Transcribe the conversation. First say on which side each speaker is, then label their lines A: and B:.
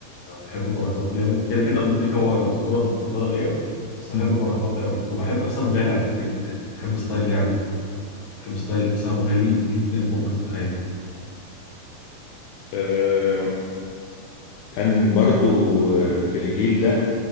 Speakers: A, on the left; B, on the left.
A: أنا بحب بركات جامد كده كده ابو تريكه هو الاسطوره المفضله ليا بس بحب
B: مم.
A: بركات قوي وبحب حسام غالي على فكره جدا بحب ستايل لعبه بحب ستايل حسام غالي جدا فوق ما تتخيل
B: آه، كان برضو آه، في الجيل ده